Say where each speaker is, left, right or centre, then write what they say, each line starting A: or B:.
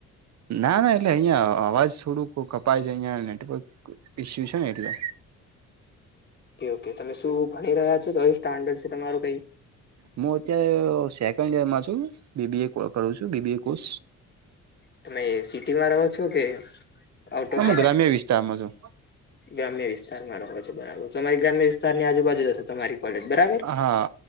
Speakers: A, on the right; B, on the left.
A: ના ના એટલે અહિયાં અવાજ થોડુંક કપાય છે. અહીંયા નેટવર્ક ઈસ્યુ છે ને એટલે.
B: ઓકે ઓકે તમે શું ભણી રહ્યા છો કયું સ્ટાન્ડર્ડ છે તમારું કઈ?
A: મું અત્યારે સેકન્ડ યરમાં છું. બીબીએ કો કરું છું બીબીએ કોર્સ.
B: તમે સિટીમાં રહો છો કે આઉટ
A: હું
B: ઓફ ઇન્ડ
A: ગ્રામ્ય વિસ્તારમાં છું
B: ગ્રામ્ય વિસ્તારમાં રહો છો બરાબર. તમારી ગ્રામ્ય વિસ્તારની આજુબાજુ જ હશે તમારી. કોલેજ બરાબર
A: હા